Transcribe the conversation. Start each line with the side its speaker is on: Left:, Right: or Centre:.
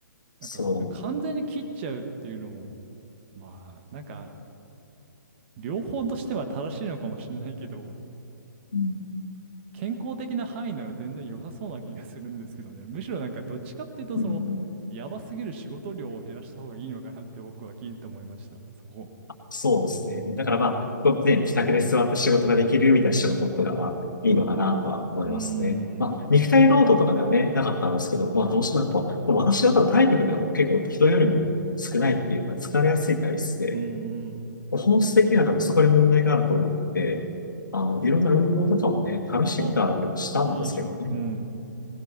Right: なんか、
Left: そ
Right: なんか完全に切っちゃうっていうのも、まあなんか両方としては正しいのかもしれないけど、
Left: う。うん
Right: 健康的な範囲なら全然良さそうな気がするんですけどね。むしろなんかどっちかっていうと、
Left: うん
Right: その、やばすぎる仕事量を減らした方がいいのかなって僕は聞いてて思いました。そこ。
Left: そうですね。だからまあ、ね、自宅で座って仕事ができるみたいな仕事とかはいいのかなとは思いますね。
Right: うーん。
Left: まあ、肉体労働とかではね、なかったんですけど、まあ、どうしてもやっぱ、私は多分体力が結構人よりも少ないっていうか、疲れやすい体質で、
Right: うんうん。
Left: 本質的には多分そこで問題があると思って、あの、いろんな運動とかもね、試してみたりはしたんですけどね。
Right: あ、いいじゃん。うん。